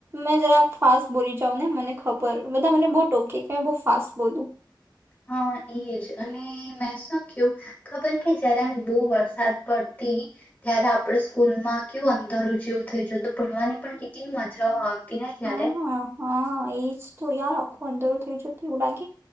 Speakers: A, on the right; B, on the left.
A: મે જરા ફાસ્ટ બોલી જાાવ ને મને ખબર બધા મને બહુ ટોકી કે મે બહ ફાસ્ટ બોલું
B: હા એજ અને મેં શું ક્યું ખબર કે જયારે આમ બહુ વરસાદ પડતી ત્યારે આપડ સ્કૂલ માં કેવું અંધારું જેવું થઇ જ તો ભણવાની પણ કેટલી માજાઓ આવતી ને ત્યારે
A: હા હા એજ તો યાદ રાખું અંદરું થઈ જતું એવું લાગી